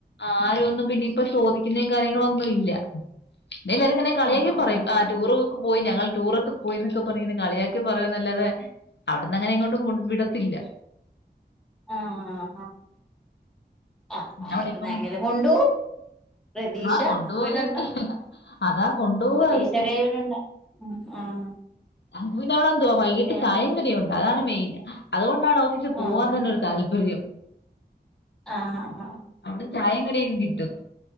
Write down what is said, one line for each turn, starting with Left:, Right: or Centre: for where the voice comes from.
Left: ആരൊന്നും പിന്നെ ഇപ്പ ചോദിക്കുന്നയും കാര്യങ്ങളൊന്നും ഇല്ല ന്നേ ഇല്ലാവരുംങ്ങനെ കളിയാക്കി
Centre: ആഹ് ആഹ്
Left: പറയും ആ ടൂറുക്കെ പോയി ഞങ്ങൾ ടൂറൊക്കെ പോയിന്നൊക്കെ പറഞ്ഞിങ്ങനെ കളിയാക്കി പറയുവുന്നല്ലാതെ അവിടന്ന് അങ്ങനെ ഇങ്ങോട്ടും കൊണ്ട് വിടത്തില്ല
Centre: ആഹാ ആ
Left: ഞാൻ ഇവിടെ
Centre: എപ്പൊതാങ്കല്
Left: ഇപ്പം
Centre: കൊണ്ട് പോം പ്രതീഷ
Left: ആ കൊണ്ടുപോകായിരിക്കും
Centre: വിടെണ്ട
Left: അതാ കൊണ്ടുപോകായിരിക്കും
Centre: പ്രതീക്ഷ കൈ വിടെണ്ട ഉം ആഹ്
Left: അങ്ങക്ക്‌ പിന്നെ അവിടെ എന്തുവാ വൈകിട്ട്
Centre: പിന്നെ
Left: ചായം കടിയുണ്ട് അതാണ് മെയിൻ അതുകൊണ്ട് ണ്ടാണ് ഓഫീസിൽ പോവാൻ
Centre: ആഹ്
Left: തന്നൊരു താല്പര്യം
Centre: ആഹ് ഹാ
Left: അവിടെ ചായയും കടിയൊക്കെ കിട്ടും